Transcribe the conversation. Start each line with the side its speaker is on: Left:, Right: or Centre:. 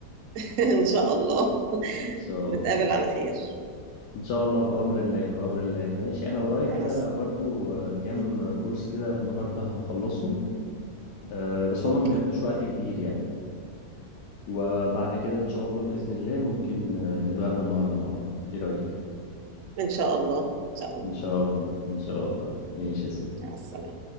Right: <laughs> ان شاء الله <laughs>
Left: ان شاء الله
Right: نتقابل على خير
Left: ان شاء الله بامر الله بامر الله ماشي انا ورايا كده
Right: مع الس-
Left: برضو آه، كام
Right: أمم،
Left: كورس كده النهارده هخلصهم آه، بس
Right: اوكي
Left: هما ما بياخدوش وقت كبير يعني وبعد كده ان شاء الله باذن الله ممكن آه، نتغدى النهارده مع بعض ايه رايك
Right: ان شاء الله ان شاء الله
Left: ان شاء الله ان شاء الله ماشي يا سو
Right: مع السلامة